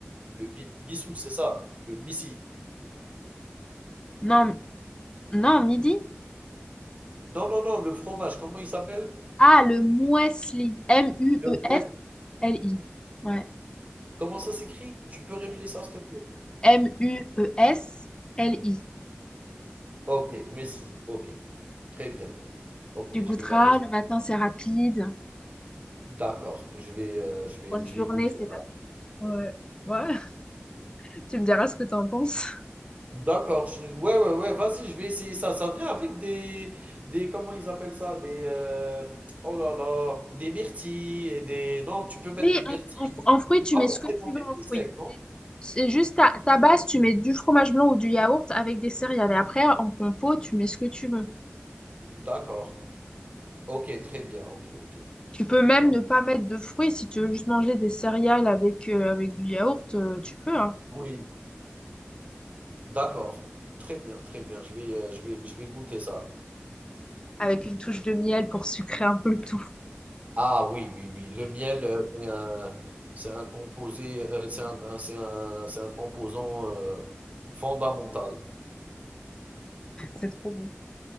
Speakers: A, on the right; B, on the left.
A: le mi- missou, c'est ça, le missi.
B: Non, non, midi.
A: Non, non, non, le fromage, comment il s'appelle?
B: Ah, le muesli. M-U-E-S-L-I.
A: Le Wes-
B: Ouais.
A: Comment ça s'écrit? Tu peux répéter ça, s'il te plaît?
B: M-M-U-E-S-L-I.
A: Ok, Wesley, ok. Très bien. Ok,
B: Tu goûteras,
A: je vais garder.
B: le matin c'est rapide.
A: D'accord, je vais, heu, je vais
B: pour une
A: je
B: journée,
A: vais goûter
B: c'est
A: ça.
B: pas. Ouais, ouais, <laughs> tu me diras ce que t'en penses.
A: D'accord, je ouais, ouais, ouais, vas-y, je vais essayer ça. Ça vient avec des des comment ils appellent ça? Des, heu, oh là là, des myrtilles et des non, tu peux mettre
B: Oui,
A: des myrtilles,
B: en, en- en fruits, tu
A: pas
B: mets
A: forcément
B: ce que tu veux
A: des
B: en
A: fruits
B: fruits.
A: secs, non?
B: C'est c'est juste ta, ta base, tu mets du fromage blanc ou du yaourt avec des céréales. Et après, en compo, tu mets ce que tu veux.
A: D'accord. OK, très bien, OK, OK.
B: Tu peux même
A: D'ac
B: ne pas mettre de fruits si tu veux juste manger des céréales avec, euh, avec du yaourt, euh, tu peux, hein.
A: oui, d'accord. Très bien, très bien. Je vais, heu, je vais je vais goûter ça.
B: Avec une touche de miel pour sucrer un peu le tout.
A: Ah oui, oui, oui. Le miel, euh, c'est un, c'est un composé, euh, c'est un, un- c'est un, c'est un composant euh, fondamental.
B: C'est trop bon.